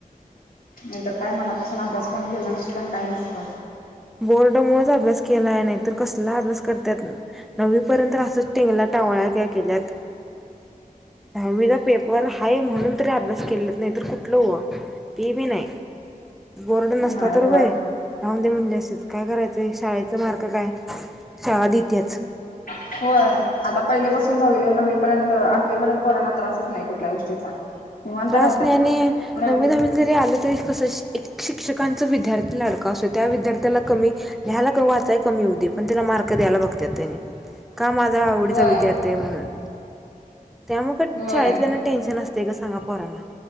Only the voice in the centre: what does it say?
बोर्डमुळेच अभ्यास केला आहे नाही तर कसला अभ्यास करतात नववीपर्यंत असंच टिंगल्या टवाळक्याकेल्यात दहावीदा पेपर हाय म्हणून तरी अभ्यास केला नाही तर कुठलं हो ते मी नाही बोर्ड नसता
तर
वय लाह दे म्हणज त्याचं काय करायचं आहे शाळेचा मार्ग काय शाळा देतेच
त्रास
नाही आणि
नवीन नवीन जरी आलं तरी कस एक शिक्षकांचं विद्यार्थी लाडकां असतो त्या विद्यार्थ्याला कमी लिहायला का वाचाय कमी हो दे पण त्याला मार्क द्यायला बघतात त्याने का माझा आवडीचा
विद्यार्थी आहे म्हणून त्यामुग
शाळेतल्यांत टेनशन असते का सांगा पोरांना